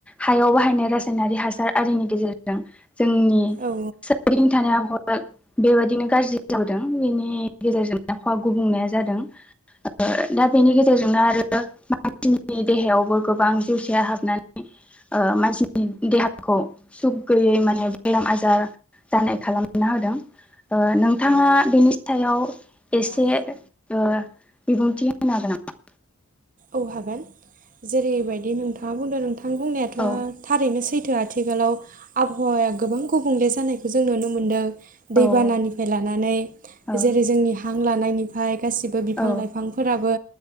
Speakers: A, in the centre; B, on the right (about 40°).
A: हायाव बाहायनाय रासायनारि हासार आरिनि गेजेरजों जों नि
B: औ
A: सोरगिदिं थानाय आबहावाया बेबायदिनो गाज्रि जाबोदों। बेनि गेजेरजों आबहावा गुबुंनाया जादों। ओ दा बेनि गेजेरजोंनो आरो मानसिनि देहायावबो गोबां जिउसाया हाबनानै ओ मानसिनि देहाखौ सुख गैयै माने बेराम-आजार जानाय खालामना होदों। ओ नोंथाङा बेनि सायाव एसे
B: औ
A: ओ बिबुंथि होनो हागोन नामा?
B: औ हागोन जेरैबायदि नोंथाङा बुंदों नोंथां बुंनायाथ'
A: औ
B: थारैनो सै थो आथिखालाव आबहावाया गोबां गुबुंले जानायखौ जों नुनो मोनदों।
A: नंगौ
B: दैबानानिफाय लानानै
A: औ
B: जेरै-जोंनि हां लानायनि गासिबो बिफां
A: औ
B: लाइफांफोराबो